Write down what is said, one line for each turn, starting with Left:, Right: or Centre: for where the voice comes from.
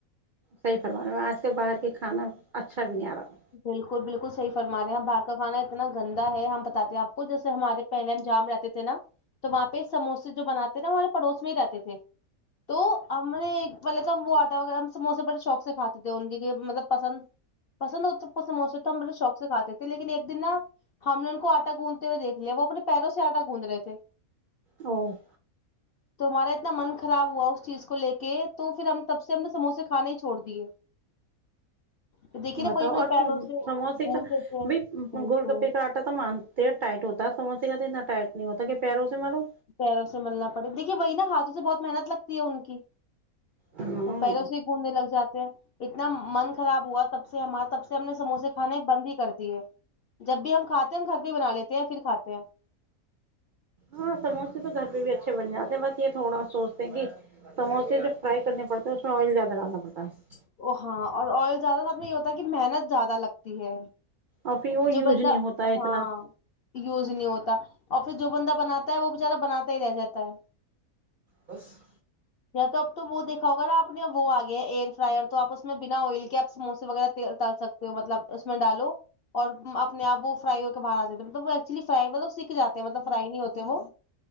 Right: صحیح فرمانے میں آج کل باہر کے کھانا اچھا بھی نہیں آ رہا
Left: بالکل بالکل صحیح فرما رہیں ہم باہر کا کانا اتنا گندا ہے ہم بتاتے ہیں آپ کو جیسے ہمارے پہلے ہم جام رہتے تھے نا تو وہاں پہ سموسے جو بناتے نا وہ ہمارے پڑوس میں ہی رہتے تھے تو ہم نے ایکطلب تھا ہم وہ آٹا وغیرہ ہم سموسے بڑے شوق سے کھاتے تھے ان کی مطلب پسند پسندب سموسے تو ہم لوگ شوق سے کھاتے تھے لیکن ایک دن نا ہم نے ان کو آٹا گوندتے ہوئے دیکھ لیا وہ اپنے پیروں سے آٹا گوند رہے تھے
Right: او
Left: تو ہمارا اتنا من خراب ہوا اس چیز کو لے کے تو پھر ہم تب سے ہم نے سموسے کھانے ہی چھوڑ دیے تو دیکھیے نا
Right: بتاؤ
Left: وہی اپنے
Right: اور
Left: پیروں سے
Right: سموسے
Left: گوند
Right: کا
Left: دیتے ہیں
Right: بھی
Left: بالکل
Right: گول گپے کا تو مانتے ہیں ٹائٹ ہوتا ہے سمج سے کا تو اتنا ٹائٹ نہیں ہوتا کہ پیروں سے م لو
Left: پیروں سے ملنا پڑے دیکھیے بھ نااتھ سے بہت محنت لگتی ہے ان کی
Right: ہاں
Left: وہ پہلوں سے ہی گھومنے لگ جاتے ہیں اتنا من خراب ہوا تب سے ہمار تب سے ہم نے سموسے کھانے بند ہی کر دیے جب بھی ہم کھاتے ہیں ہم گھر بھی بنا لیتے ہیں پھر کھاتے ہیں
Right: ہاں سموسے تو گھر پہ بھی اچھے بن جاتے ہیں بس یہ تھوڑا سوچتے ہیں کہ سموسے جب فرائی کرنے پڑتے ہے اس میں آئل زیادہ ڈالنا پڑتا ہے
Left: ا ہاں اور آئل زیادہ سب میں یہ ہوتا ہے کہ محنت زیادہ لگتی ہے
Right: اور پھر وہ یوز
Left: جو بندہ
Right: نہیں ہوتا ہے
Left: ہاں
Right: اتنا
Left: یوز نہیں ہوتا اور پھر جو بندہ بناتا ہے وہ بچارا بناتا ہی رہ جاتا ہے
Right: بس
Left: یا تو اب تو وہ دیککھاؤگا نا آ نے وہ آگیا ہے ایئر فرائر تو آپ اس میں بنا آئل کے آپ سموسے وغیرہ ڈال سکتے ہو مطلب اس میں ڈالو اور اپنے آپ وہ فرائی ہو کے باہر جے ہیں مطب وہ ایکچولی فرائی مطلب سکھ جے ہیں مطلب فرائی نہیں ہوتے وہ